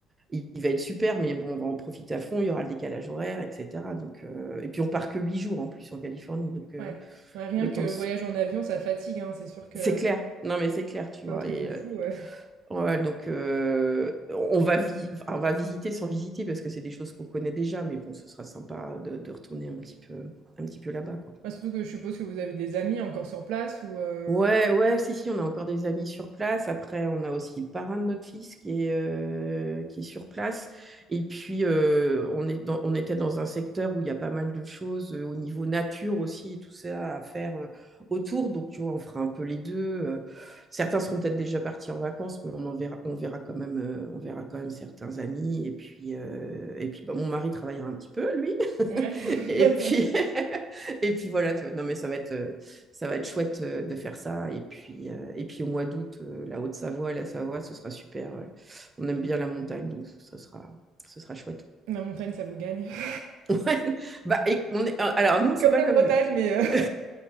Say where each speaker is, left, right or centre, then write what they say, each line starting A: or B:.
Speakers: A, on the right; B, on the right.
A: il, il, va être super mais bon on va en profiter à fond il y aura le décalage horaire etc donc euh, et puis on part que huit jours en plus en Californie donc euh,
B: Ouais. Ouais, rien
A: le
B: que
A: temps
B: le
A: de se-
B: voyage en avion, ça fatigue, hein, c'est sûr que
A: c'est clair non mais c'est clair tu
B: c'est
A: vois
B: un truc
A: et
B: de fou,
A: euh,
B: ouais.
A: ouais, donc euh, on va vi- enfin, on va visiter sans visiter parce que c'est des choses qu'on connaît déjà mais bon ce sera sympa de, de retourner un petit peu un petit peu là-bas quoi
B: Bah, surtout que je suppose que vous avez des amis encore sur place ou heu?
A: Ouais, ouais, si, si, on a encore des amis sur place. Après, on a aussi le parrain de notre fils qui est, euh, qui est sur place. Et puis, euh, on est dans- on était dans un secteur où il y a pas mal de choses euh, au niveau nature aussi et tout ça à faire euh, autour. Donc, tu vois, on fera un peu les deux. Euh, certains seront peut-être déjà partis en vacances, mais on en verra, on verra quand même, euh, on verra quand même certains amis. Et puis, euh, et puis bah, mon mari travaillera un petit peu, lui. <laughs>
B: Ouais.
A: Et
B: <laughs>
A: puis, <laughs> et puis voilà, tu vois. Non, mais ça va être. euh, ça va être chouette euh, de faire ça. Et puis, euh, et puis au mois d'août, euh, la Haute-Savoie, la Savoie, ce sera super. euh, on aime bien la montagne, donc ça sera, ce sera chouette. <laughs>
B: La montagne, ça vous gagne. <laughs>
A: Ouais. Bah, et on est, alors, nous, c'est
B: Comme
A: pas
B: la
A: comme
B: Bretagne,
A: vous.
B: mais heu
A: <laughs>